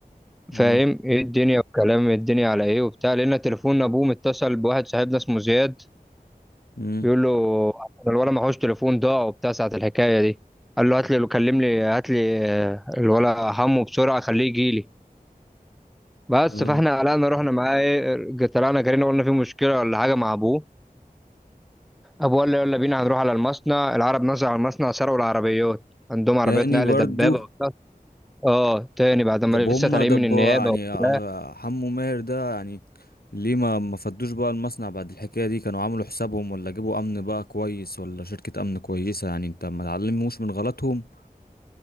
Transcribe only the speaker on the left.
امم
امم
اه
تاني
برضو
دب
هم
دب
يعني
آه، حمو ماهر ده يعني ليه ما ما فدوش بقى المصنع بعد الحكاية دي كانوا عملوا حسابهم ولا جابوا امن بقى كويس ولا شركة امن كويسة يعني انت ما تعلموش من غلطهم